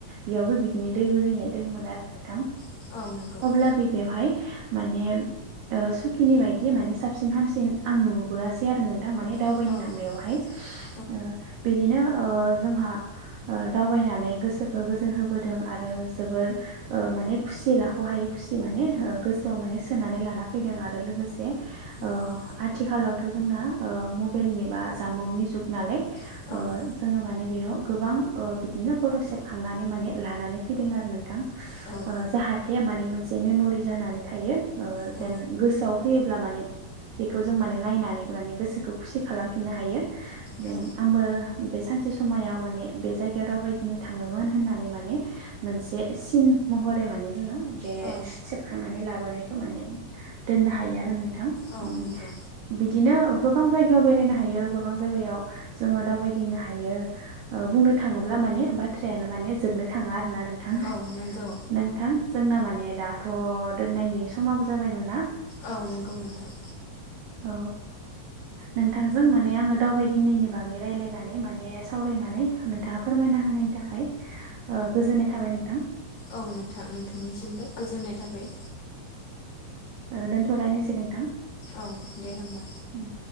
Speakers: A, on the right (about 75°); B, on the left (about 60°).
A: बेयावबो बिदिनो दै बोहैनाय दङ मोन आरो नोंथां।
B: औ नंगौ
A: अब्ला बे बेवहाय माने ओ सुखिनि बायदि माने साबसिन हामसिन आं नुबोआसै आरो नों थां माने दावबायनो
B: औ
A: थांनायावहाय ओ
B: औ
A: बिदिनो ओ जोंहा ओ दावबायनानै गोसोखौ गोजोन होबोदों आरो जोबोर ओ माने खुसि लाख' हायै खुसि माने ओ गोसोआव माने सोनानै लाना फैदों आरो लोगोसे ओ
B: औ
A: आथिखालावथ' जोंना ओ मबाइलनि बा जामबुंनि जुग नालाय
B: नंगौ
A: ओ जोङो माने बेयाव गोबां ओ बिदिनो फथ' सेबखांनानै माने‌ लानानै फैदों आरो नोंथां
B: औ औ
A: ओ जाहाथे माने‌ मोनसे मेमरि जानानै थायो ओ
B: औ
A: जेन गोसोआव फैयोब्ला माने बेखौ जों माने नायनानै माने गोसोखौ खुसि खालामफिननो हायो। माने
B: औ
A: आंबो बे सानसे समायाव बे जायगायाव दावबायदिंनो थाङोमोन होननानै माने मोनसे सिन महरै माने जोङो बे
B: औ
A: सेबखांनानै लाबोनायखौ माने दोननो हायो आरो नों थां
B: औ
A: उम्म
B: नंगौ
A: बिदिनो गोबां जायगायाव बेरायनो हायो गोबां जायगायाव जोङो दावबायदिंनो हायो। ओ बुंनो थाङोब्ला माने बाथ्रायानो माने जोबनो थाङा आरो ना नोंथां
B: औ नंगौ
A: नोंथां जोंना माने दाथ' दोननायनि समाबो जाबायमोन ना?
B: औ नंगौ नोंथां।
A: औ नोंथांजों माने आंङो दावबायदिंनायनि बागै रायलायनानै माने सावरायना नानै नोंथाङा फोरमायना होनायनि थाखाय ओ गोजोननाय थाबाय नोंथां।
B: औ नोंथां नोंथांनिसिमबो गोजोननाय थाबाय।
A: ओ दोनथ'लायनोसै नोंथां।
B: औ दे होमबा।
A: उम